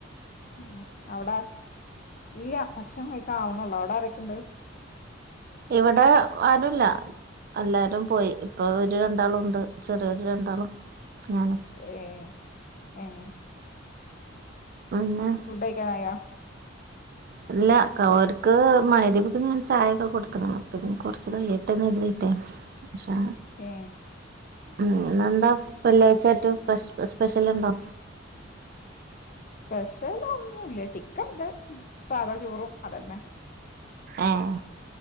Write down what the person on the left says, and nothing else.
ആ അവട ഇല്ല ഭക്ഷണം കഴിക്കാനാവുണുളളൂ അവടാ രൊക്കെണ്ട്
ഏഹ് ഏഹ്
ഫുഡയ്ക്കാനായോ
ഏ
സ്പെഷ്യൽ ഒന്നുല്ല ചിക്കൻണ്ട് സാധാ ചോറും അതന്നെ